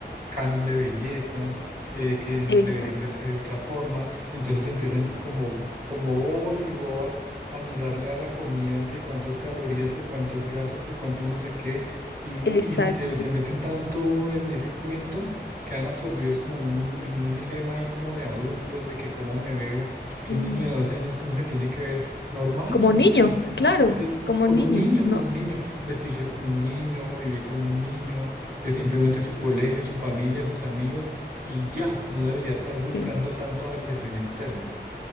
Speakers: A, on the right; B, on the left.
A: canon de belleza, eh, que
B: exacto,
A: deberían verse de otra forma. Entonces empiezan como, como bobos y bobas a mirarle a la comida que cuántas calorías, que cuántas grasas, que cuánto no sé qué, y, y-
B: Exacto.
A: y se, se meten tanto en ese cuento. que quedan absorbidos como en un, en un dilema ahí como de adultos, de que cómo me veo, pues que
B: sí,
A: un niño de 12 años, ¿cómo se tiene que ver? Normal,
B: Como
A: un
B: niño,
A: niño de 12 años,
B: claro,
A: simplemente
B: como
A: como
B: niño,
A: un niño,
B: ¿no?
A: como un niño, vestirse como un niño, vivir como un niño, es simplemente su colegio, su familia, sus amigos y ya, no debería estar buscando
B: sí.
A: tanta validación externa.